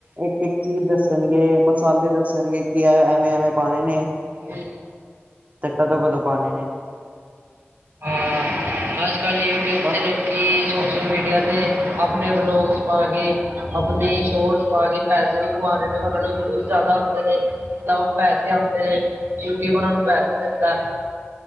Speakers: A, on the right; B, on the right.
A: ਇੱਕ ਇੱਕ ਚੀਜ਼ ਦੱਸਣਗੇ। ਸਾਰੇ ਦੱਸਣਗੇ ਕਿ ਐਵੇਂ ਐਵੇਂ ਪਾਣੇ ਨੇ
B: ਹਮ।
A: ਤੇ ਕਦੋਂ ਕਦੋਂ ਪਾਣੇ ਨੇ।
B: ਹਾਂ ਅੱਜ ਕੱਲ੍ਹ ਯੂਟਿਊਬ
A: ਬਸ
B: ਤੇ ਲੋਕੀ ਸੋਸ਼ਲ ਮੀਡੀਆ ਤੇ ਆਪਣੇ ਵਲੋਗਸ ਪਾ ਕੇ ਆਪਣੀ ਸ਼ੋਟਸ ਪਾ ਕੇ ਪੈਸੇ ਵੀ ਕਮਾ ਉਹ ਨੂੰ ਵਿਊਜ਼ ਜਿਆਦਾ ਆਉਂਦੇ ਨੇ ਤਾਂ ਪੈਸੇ ਆਉਂਦੇ ਨੇ ਯੂਟਿਊਬ ਉਹਨਾਂ ਨੂੰ ਪੈਸੇ ਦਿੰਦਾ <inaudible>